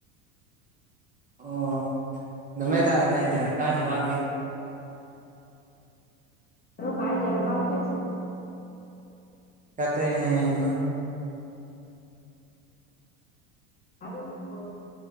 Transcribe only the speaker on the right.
ᱚ ᱫᱚᱢᱮ ᱫᱟᱜ ᱮᱫᱟᱭ ᱡᱟᱨᱠᱟᱣ ᱪᱟᱵᱟ ᱠᱮ
ᱠᱟᱛᱮ ᱦᱮᱸ